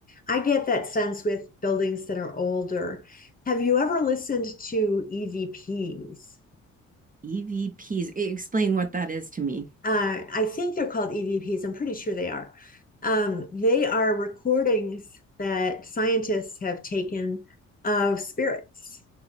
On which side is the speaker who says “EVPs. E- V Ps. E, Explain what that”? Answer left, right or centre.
Right